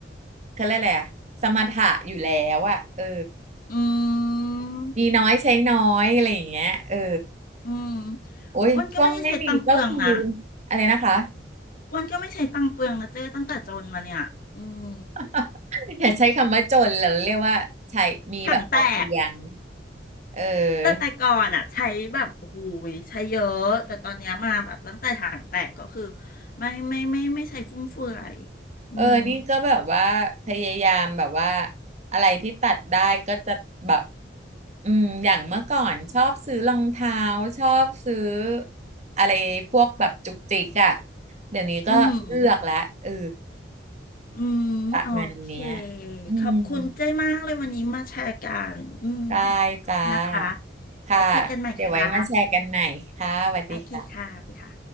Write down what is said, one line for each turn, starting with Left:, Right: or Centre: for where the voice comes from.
Right: เขาเรียกอะไรอะสมถะอยู่แล้วอ่ะเออ
Left: อืม
Right: มีน้อยใช้น้อยอะไรอย่างเงี้ยเออ
Left: อืม
Right: โอ้ยช่วงไม่มีก็คือ
Left: อ้วนก็ไม่ได้ใช้ตังค์เปลืองนะ
Right: อะไรนะคะ
Left: อ้วนก็ไม่ใช้ตังค์เปลืองนะเจ้ตั้งแต่จนมาเนี่ยอืม
Right: <laughs> อย่าใช้คำว่าจนเราเรียกว่าใช้มีแบบพอเพียง
Left: ถังแตก
Right: เออ
Left: แต่แต่ก่อนอ่ะใช้แบบโอ้โหูยใช้เยอะแต่ตอนเนี้ยมาแบบตั้งแต่ถังแตกก็คือไม่ไม่ไม่ไม่ใช้ฟุ่มเฟือยอืม
Right: เออ นี่ก็แบบว่าพยายามแบบว่าอะไรที่ตัดได้ก็จะแบบอืมอย่างเมื่อก่อนชอบซื้อรองเท้าชอบซื้ออะไรพวกแบบจุกจิกอะเดี๋ยวนี้ก็เลือกละเออ
Left: อืมอืมโอเค
Right: ประมาณเนี้ยอืม
Left: ขอบคุณเจ้มากเลยวันนี้มาแชร์กันอืม
Right: ได้
Left: ขอบคุณนะคะ
Right: จ้าค่ะ
Left: ไปคุยกันใหม่ค่ะ
Right: เดี๋ยวไว้มาแชร์กันใหม่ค่ะสวัสดีค่ะ
Left: โอเคค่ะไปค่ะ